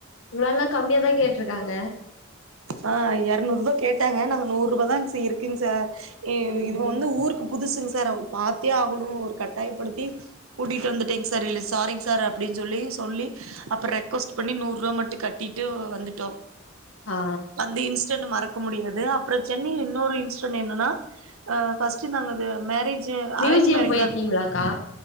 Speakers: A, on the left; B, on the right.
A: ரொம்ப கம்மியாதா கேட்ருக்காங்க
B: ஆ எறநூர்பா கேட்டாங்க நாங்க நூர்ருபா தா இருக்குங் சார்
A: ம்
B: இது
A: ம்
B: வந்து ஊருக்கு புதுசுங் சார் அவுங் பாத்தே ஆகனு ஒரு கட்டாயப்படுத்தி கூட்டிட்டு வந்துட்டேங்க சார் இல்ல சாரிங் சார் அப்டின்னு சொல்லி சொல்லி அப்றோ ரெக்வஸ்ட் பண்ணி நூருவா மட்டு கட்டிட்டு வந்துட்டோ
A: ஆ
B: அந்த இன்ஸ்டன் மறக்க முடியாது அப்றோ சென்னையில இன்னொரு இன்சிடெட் என்னன்னா ஃபர்ஸ்ட்டு நாங்க மேரேஜ்
A: மியூசியம்
B: அரேஞ்ச் மேரேஜ்
A: போயிருக்கீங்களாக்கா
B: தா இப்ப